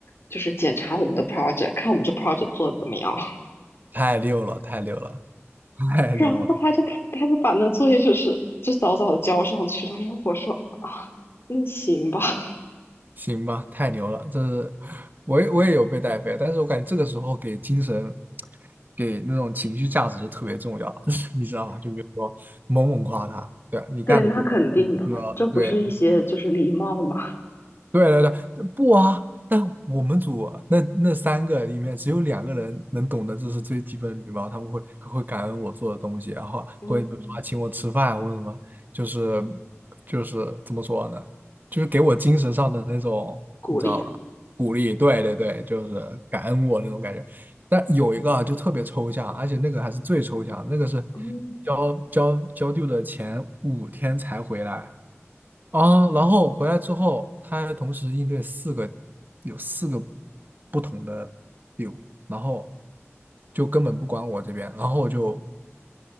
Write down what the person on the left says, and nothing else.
就是检查我们的 project，看我们这 project 做的怎么样。
然后他就他就把那作业就是就早早的交上去了，然后我说啊，那行吧，<laughs>
对，那肯定的，
这不是一些就是礼貌嘛，
嗯，
鼓励，
嗯，